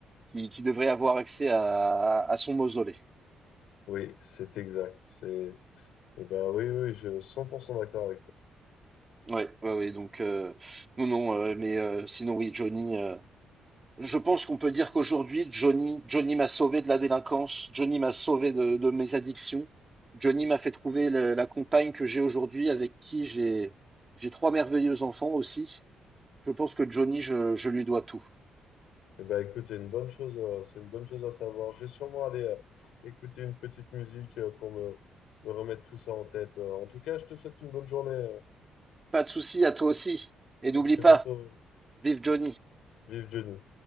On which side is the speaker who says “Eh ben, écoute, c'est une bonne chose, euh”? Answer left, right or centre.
Left